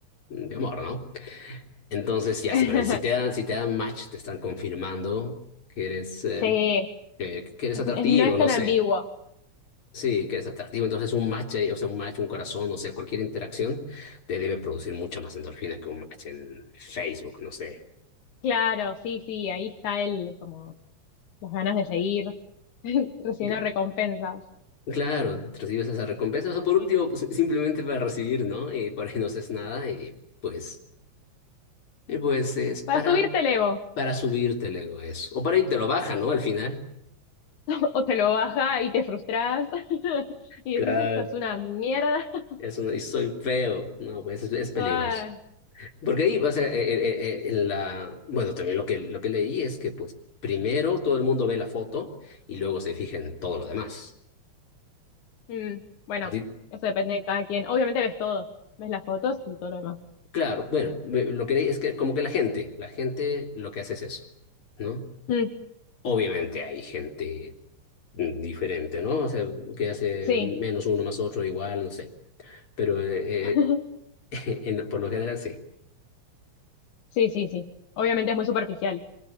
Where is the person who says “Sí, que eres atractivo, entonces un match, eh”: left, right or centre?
Left